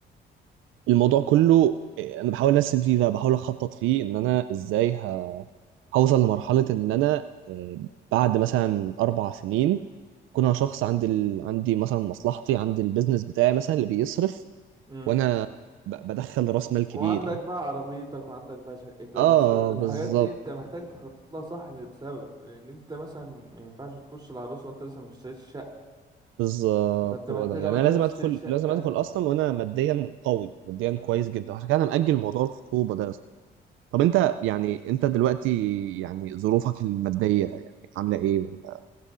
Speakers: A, on the right; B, on the right.
A: فالموضوع كله إيه، انا بحاول ارسم فيه بقى بحاول اخطط فيه ان انا ازاي ه- هوصل لمرحله ان انا إيه، بعد مثلا اربع سنين اكون انا شخص عندي ال... عندي مثلا مصلحتي عندي البيزنس بتاعي مثلا اللي بيصرف
B: امم
A: وانا ب- بدخل راس مال كبير
B: وعندك
A: يعني
B: بقى عربيتك وعندك بقى شقتك
A: اه
B: اصل الحاجات
A: بالظبط
B: دي انت محتاج تخطط لها صح بسبب ان انت مثلا ما ينفعش تخش العروسه وانت لسه ما اشتريتش شقه
A: بالظبط
B: فانت محتاج
A: هو ده يعني
B: اول
A: انا
B: حاجه
A: لازم
B: تشتري
A: ادخل
B: شقه
A: لازم ادخل اصلا
B: كده
A: وانا
B: اه
A: ماديا قوي ماديا
B: امم
A: كويس جدا عشان كده انا مأجل موضوع الخطوبه ده أصلاً. طب
B: امم
A: انت يعني انت دلوقتي يعني ظروفك الماديه يعني عامله ايه ولا